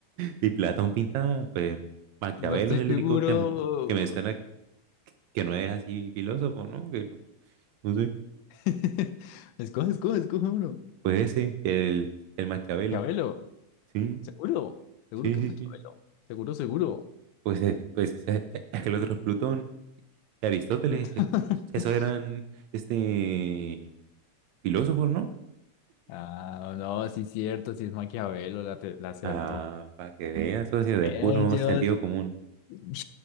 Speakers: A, on the right; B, on the left.
A: Y Platón pintaba, pues Maquiavelo
B: No estoy
A: es
B: seguro.
A: el único que me, que me suena que no es así filósofo, ¿no? Que no, no sé.
B: <laughs> Escoge, escoge, escoge uno.
A: Pues ese, el, el Maquiavelo.
B: Maquiavelo,
A: Sí,
B: seguro, seguro
A: sí,
B: que
A: sí,
B: es Maquiavelo,
A: sí.
B: seguro, seguro.
A: Pues, eh, pues ese- es que el otro es Plutón. de Aristóteles,
B: <laughs>
A: eh, esos eran este filósofos, ¿no?
B: Ah, no, sí es cierto, sí es Maquiavelo, la, te- la acertó.
A: Ah, para que vean, socio, de
B: Eh,
A: puro
B: lleva
A: sentido común.
B: <laughs>